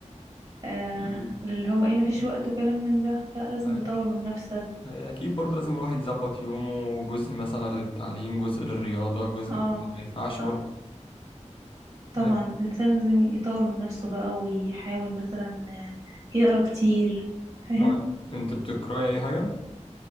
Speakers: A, on the right; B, on the left.
A: آه
B: ال-
A: اللي هو إيه ما فيش وقت وكلام من ده لا لازم
B: معاك.
A: تطور من نفسك
B: آه، اكيد برضه لازم الواحد يظبط يومه جزء مثلا للتعليم جزء للرياضه جزء
A: اه
B: كده ما ينفعش
A: صح
B: برضه
A: طبعا
B: ما-
A: الإنسان لازم يطور من نفسه بقى ويحاول مثلا آه، يقرأ كتير فاهم
B: آه، انت بتقراي اي حاجه